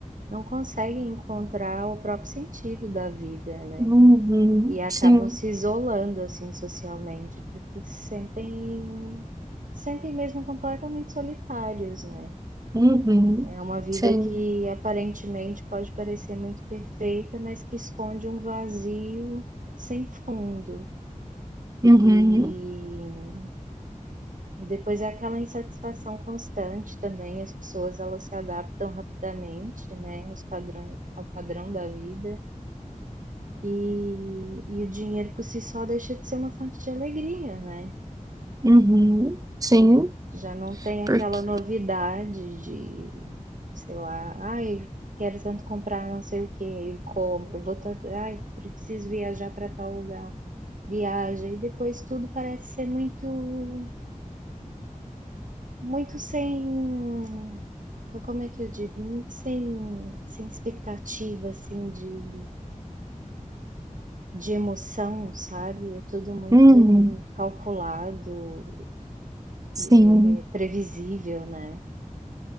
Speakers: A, on the right; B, on the right.
A: não consegue encontrar o próprio sentido da vida, né?
B: Uhum,
A: E acabam
B: sim.
A: se isolando, assim, socialmente, porque se sentem se sentem mesmo completamente solitários, né.
B: Uhum,
A: É uma vida
B: sim.
A: que aparentemente pode parecer muito perfeita, mas que esconde um vazio sem fundo.
B: Uhum.
A: E e depois é aquela insatisfação constante também, as pessoas elas se adaptam rapidamente, né, aos padrões ao padrão da vida, e e o dinheiro por si só deixa de ser uma fonte de alegria, né.
B: Uhum. Sim,
A: Já não tem aquela
B: porque.
A: novidade de, sei lá, ai, quero tanto comprar não sei o que, e compro, vou tanto, ai, preciso viajar para tal lugar, viaja, e depois tudo parece ser muito, muito sem, como é que eu digo, muito sem, sem expectativa, assim, de, de emoção, sabe? É tudo muito
B: Uhum.
A: calculado,
B: Sim.
A: é, é previsível, né?